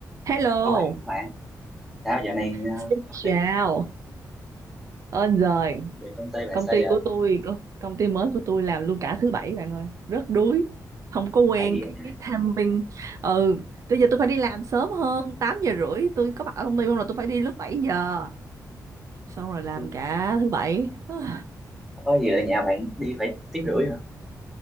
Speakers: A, on the right; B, in the centre.
A: Hello,
B: đó bạn đó bạn sao giờ này ờ,
A: xin
B: công
A: chào.
B: việc
A: Ơn rồi,
B: công việc công ty bạn
A: công
B: sao
A: ty
B: giờ
A: của tôi, co- công ty mới của tôi làm luôn cả thứ bảy bạn ơi, rất đuối, không có quen
B: thầy
A: cái cái timing. Ừ, bây giờ tôi phải đi làm sớm hơn, 8 giờ rưỡi tôi có mặt ở công ty không là tôi phải đi lúc 7 giờ. Xong rồi làm
B: ờ,
A: cả thứ bảy. <sighs>
B: có gì là nhà bạn đi phải tiếng rưỡi hả